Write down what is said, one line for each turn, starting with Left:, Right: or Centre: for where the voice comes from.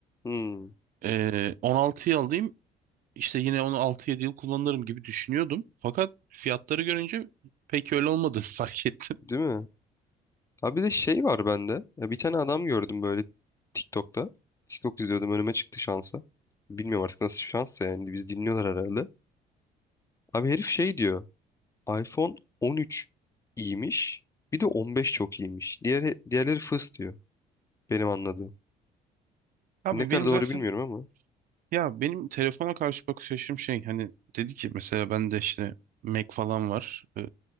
Left: Hmm.
Right: Ee, 16'yı alayım İşte yine onu altı yedi yıl kullanırım gibi düşünüyordum. Fakat fiyatları görünce pek öyle olmadığını <laughs> fark ettim.
Left: Değil mi? Abi bir de şey var bende. Ya bir tane adam gördüm böyle TikTok'ta. TikTok izliyordum önüme çıktı şansa. Bilmiyorum artık nasıl şansa yani biz dinliyorlar herhalde. Abi herif şey diyor. iPhone 13 iyiymiş. Bir de 15 çok iyiymiş. Diğer, diğerleri fıs diyor. Benim anladığım.
Right: Abi
Left: Ne kadar
Right: benim
Left: doğru
Right: zaten
Left: bilmiyorum ama.
Right: ya benim telefona karşı bakış açım şey hani dedi ki mesela ben de işte Mac falan var. Ee,